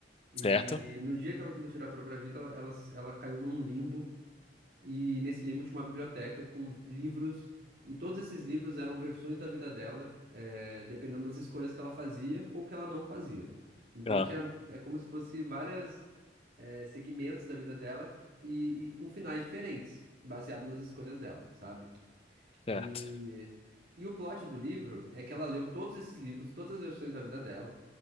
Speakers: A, on the right (about 65°); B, on the left (about 35°).
A: E
B: certo?
A: no dia que ela tentou tirar a própria vida, ela, ela, ela caiu num limbo. E nesse limbo tinha uma biblioteca com livros. E todos esses livros eram versões da vida dela, é, dependendo das escolhas que ela fazia ou que ela não fazia. Então
B: Ah,
A: tinha, é como se fosse vários segmentos da vida dela e, e com finais diferentes, baseado nas escolhas dela, sabe?
B: certo.
A: E, e o plot do livro é que ela leu todos esses livros, todas as versões da vida dela,